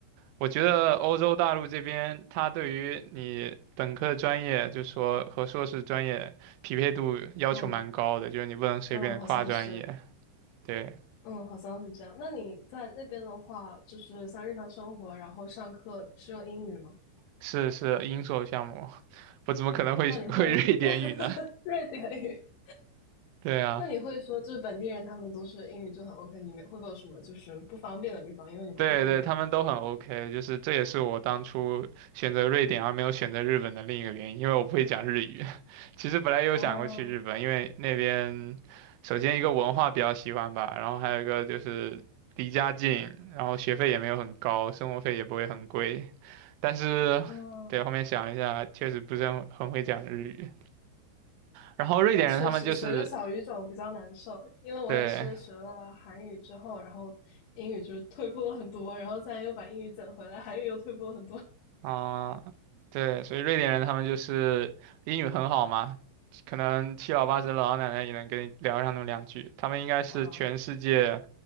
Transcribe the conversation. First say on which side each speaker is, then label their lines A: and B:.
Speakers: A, on the right; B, on the left.
A: 我觉得欧洲大陆这边，它对于你。本科的专业就说和硕士专业匹配度要求蛮高的，
B: 嗯
A: 就是你不能随便的跨专业，
B: 嗯，好像是，
A: 对，
B: 嗯，好像是这样。那你在那边的话，就是像日常生活，然后上课是用英语吗？
A: 是是英硕项目，我怎么可能会会瑞典语呢？
B: 那你会 <laughs> 瑞典语？
A: <laughs> 对啊，
B: 那你会说，就是本地人他们都是英语就很 OK，你们会不会有什么就是不方便的地方？因为你不会瑞典语。
A: 对对，他们都很 OK，就是这也是我当初选择瑞典而没有选择日本的另一个原因，因为我不会讲日语。<laughs> 其实本来有想过去日本，
B: 嗯
A: 因为那边首先一个文化比较喜欢吧，然后还有一个就是离家近，然后学费也没有很高，生活费也不会很贵，但是。
B: 嗯
A: 对，后面想了一下，确实不是很很会讲日语。然后瑞典人他们就是
B: 嗯，确实学个小语种比较难受，因为我也是学了韩语之后，
A: 对，
B: 然后英语就退步了很多，然后现在又把英语捡回来，韩语又退步了很多。
A: 啊，对，所以瑞典人他们就是英语很好嘛，可能七老八十的老奶奶也能跟你聊上那么两句。他们应该是全世界
B: <laughs> 啊